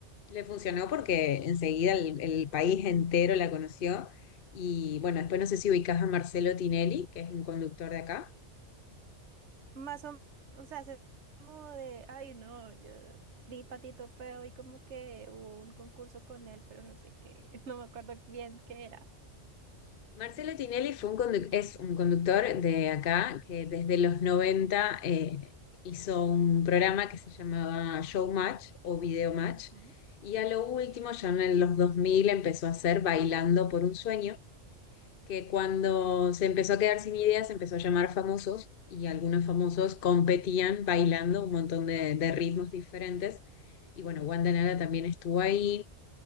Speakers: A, on the left (about 55°); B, on the right (about 70°).
A: Le funcionó porque enseguida el, el país entero la conoció. Y bueno, después no sé si ubicás a Marcelo Tinelli, que es un conductor de acá.
B: Más o, o sea, se- como de, ay, no, yo vi Patito Feo y como que hubo un concurso con él, pero no sé qué, <laughs> no me acuerdo bien qué era.
A: Marcelo Tinelli fue un condu- es un conductor de acá que desde los 90 eh, hizo un programa que se llamaba Showmatch o Video Match.
B: Ajá,
A: Y a lo último, ya en los 2000, empezó a hacer Bailando por un Sueño que cuando se empezó a quedar sin ideas, se empezó a llamar famosos y algunos famosos competían bailando un montón de, de ritmos diferentes. Y bueno, Wanda Nara también estuvo ahí,